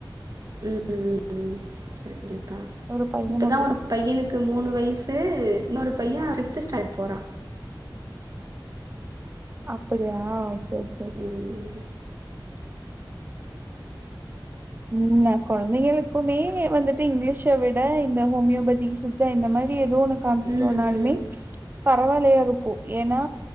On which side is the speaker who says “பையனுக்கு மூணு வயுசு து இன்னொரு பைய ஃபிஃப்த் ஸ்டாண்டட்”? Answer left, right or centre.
Right